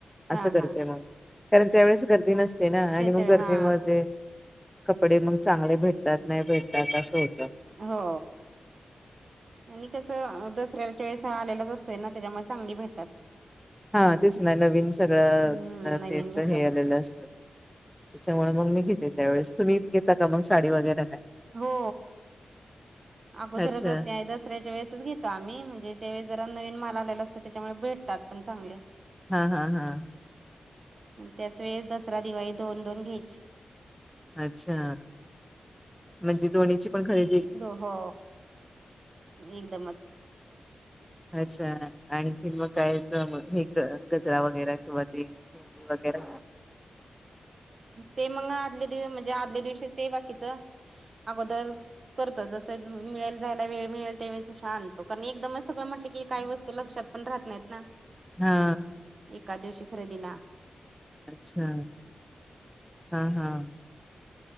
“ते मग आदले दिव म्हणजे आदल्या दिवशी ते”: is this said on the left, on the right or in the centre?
Right